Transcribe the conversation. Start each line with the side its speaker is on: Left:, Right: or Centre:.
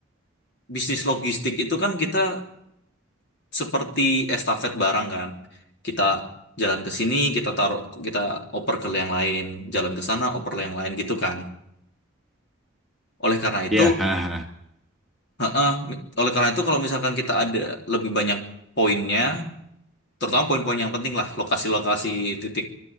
Left: bisnis logistik itu kan kita seperti estafet barang kan kita jalan ke sini kita taruh kita oper ke yang lain jalan ke sana oper ke yang lain gitu kan oleh karena
Centre: Ya.
Left: itu
Centre: hahaha. <laughs>
Left: heeh, mi- oleh karena itu kalau misalkan kita ada lebih banyak poinnya terutama poin-poin yang penting lah lokasi-lokasi titik